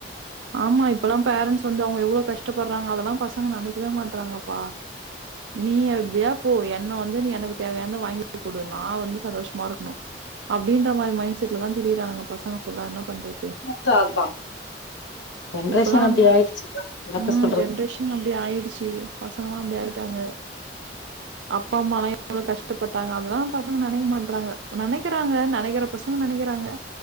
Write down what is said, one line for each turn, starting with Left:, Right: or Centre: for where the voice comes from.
Right: ஆமா இப்பெல்லா பேரண்ட்ஸ் வந்து அவங்க எவ்வளோ கஷ்டப்படுறாங்க அதெல்லா பசங்க நெனைக்கவே மாட்றாங்கப்பா நீ எப்டியா போ என்ன வந்து நீ எனக்கு தேவயானந்த வாங்கி குடு நா வந்து சந்தோஷமா இருக்கணும் அப்டின்ற மாரி மைண்ட் செட்ல தான் திரியறானுங்க பசங்கபுல்ல என்ன பண்றது
Left: உங்க அப்பா ஜென்ரேஷன்
Right: இப்பலாம்
Left: அப்டி
Right: அந்த
Left: ஆயிடுச்சு என்னத்த
Right: ம்
Left: சொல்றது
Right: ஜென்ரேஷன் அப்டி ஆயிடுச்சு பசங்களல்லா அப்டி ஆயிட்டாங்க அப்பா அம்மலாம் எவ்ளோ கஷ்டப்பட்டாங்க அதனால பசங்க நினக்க மாட்றாங்க நினக்கிறாங்க நினக்கிற பசங்க நினக்கிறாங்க